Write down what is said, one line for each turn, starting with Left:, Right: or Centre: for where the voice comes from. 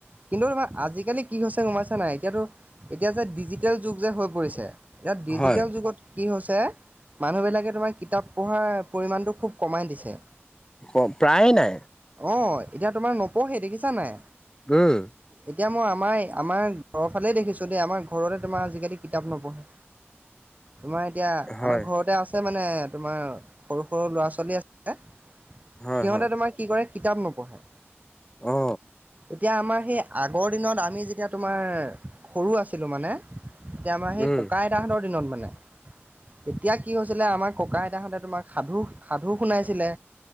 Right: কিন্তু তোমাৰ আজিকালি কি হৈছে গম পাইছা নাই এতিয়াতো এতিয়া যে ডিজি- টেল যুগ যে হৈ পৰিছে এতিয়া ডিজিটেল
Left: হয়
Right: যুগত কি হৈছে মানুহবিলাকে তোমাৰ কিতাপ পঢ়াৰ পৰিমাণটো খুব কমাই দিছে।
Left: অ প্ৰায়ে নাই
Right: অঁ এতিয়া তোমাৰ নপঢ়ে দেখিছা নাই।
Left: উম।
Right: এতিয়া মই আমাৰ আমাৰ ঘৰৰ ফালে দেখিছো দেই আমাৰ ঘৰতে তোমাৰ - আজিকালি কিতাপ নপঢ়ে, তোমাৰ এতিয়া
Left: হয়
Right: আমাৰ ঘৰতে আছ- ছে মানে তোমাৰ সৰু সৰু ল'ৰা ছোৱালী আছে,
Left: হয়
Right: সিহঁতে
Left: হয়
Right: তোমাৰ কি কৰে কিতাপ নপঢ়ে,
Left: অ
Right: এতিয়া আমাৰ সেই আগৰ দিনত আমি যেতিয়া তোমাৰ সৰু আছিলোঁ মানে - এতিয়া আমাৰ সেই
Left: উম
Right: ককা আইতাহঁতৰ দিনত মানে, তেতিয়া কি হৈছিলে আমাক ককা আইতাহঁতে তোমাক সাধু সাধু শুনাইছিলে